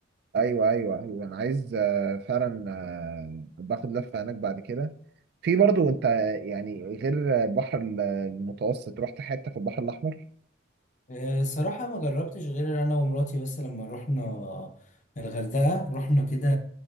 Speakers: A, on the right; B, on the left.
A: ايوه ايوه ايوه انا عايز آه، فعلا آه، باخد لفه هناك بعد كده في برضو انت يعني غير البحر ال- المتوسط رحت حته في البحر الاحمر
B: آه، صراحة ما جربتش غير أنا ومراتي بس لما رحنا الغردقة رحنا كده